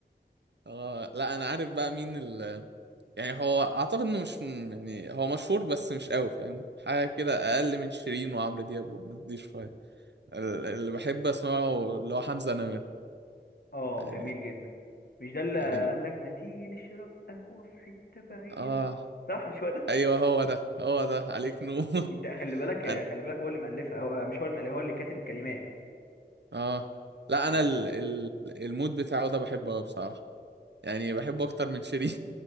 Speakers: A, on the right (about 75°); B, on the left (about 60°).
A: <laughs> اه لا انا عارف بقى مين ال... يعني هو اعتقد انه مش م- يعني هو مشهور بس مش قوي فاهم حاجه كده اقل من شيرين وعمرو دياب والناس دي شويه ال- اللي بحب اسمعه اللي هو حمزة نمرة
B: اه
A: يعني
B: جميل جدا مش ده اللي
A: يعني
B: قال لك ما تيجي نشرب قهوة في حتة بعيدة
A: اه
B: صح مش هو ده
A: ايوه هو ده هو ده عليك نور
B: انت خلي
A: <laughs>
B: بالك
A: انا
B: خلي بالك هو اللي مؤلفها هو مش هو اللي مؤلفها هو اللي كاتب الكلمات
A: اه لا انا
B: انا
A: ال... ال... المود بتاعه ده بحبه قوي بصراحه يعني بحبه اكتر من شيرين